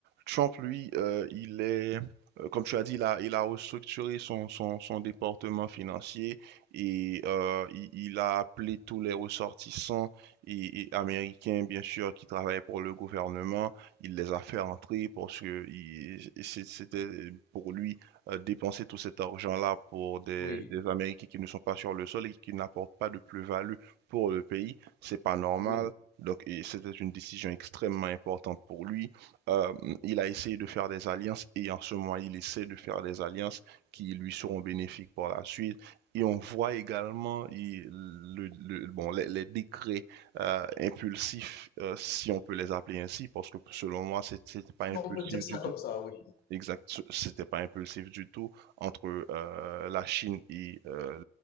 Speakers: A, on the right; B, on the left.
A: Trump, lui, euh, il est, euh, comme tu as dit, il a, il a restructuré son, son, son département financier et euh, il, il a appelé tous les ressortissants et, et américains, bien sûr, qui travaillaient pour le gouvernement. Il les a fait rentrer parce que il- c'est- c'était pour lui euh, dépenser tout cet argent-là pour des,
B: oui,
A: des Américains qui ne sont pas sur le sol et qui n'apportent pas de plus-value pour le pays. C'est pas normal.
B: oui.
A: Donc, c'était une décision extrêmement importante pour lui. Euh, il a essayé de faire des alliances et en ce moment, il essaie de faire des alliances qui lui seront bénéfiques par la suite. Et on voit également il- le- le- bon, les, les décrets euh, impulsifs, euh, si on peut les appeler ainsi, parce que selon moi, c'est- c'était pas
B: Si
A: impulsif
B: on peut dire ça
A: du tout.
B: comme ça, oui,
A: Exact, c'était pas impulsif du tout entre euh, la Chine et euh,